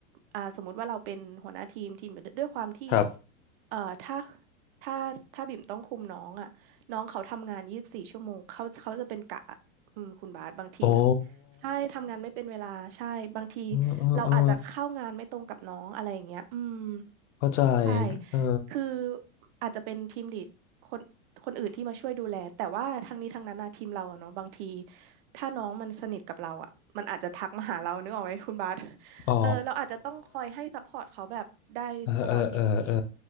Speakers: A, on the right; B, on the left.
A: อ่าสมมุติว่าเราเป็นหัวหน้าทีมทีมด้วยความที่
B: ครับ
A: เอ่อถ้าถ้าถ้าบิ่มต้องคุมน้องอ่ะน้องเขาทำงานยี่สิบสี่ชั่วโมงเขาเขาจะเป็นกะอืมคุณบาสบางทีแบบ
B: โอ้
A: ใช่ทำงานไม่เป็นเวลา ใช่บางที
B: เออเออเออ
A: เราอาจจะเข้างานไม่ตรงกับน้องอะไรอย่างเงี้ยอืม
B: เข้าใจ
A: ใช่
B: เออ
A: คืออาจจะเป็นทีมลีดคนคนอื่นที่มาช่วยดูแลแต่ว่าทั้งนี้ทั้งนั้นนะทีมเราอะเนาะบางทีถ้าน้องมันสนิทกับเราอะมันอาจจะทักมาหาเรานึกออกไหมคุณบาส
B: อ๋อ
A: เออเราอาจจะต้องคอยให้ซัพพอร์ตเขาแบบได้ตลอดยี่สิบสี่
B: เออเออเออเออ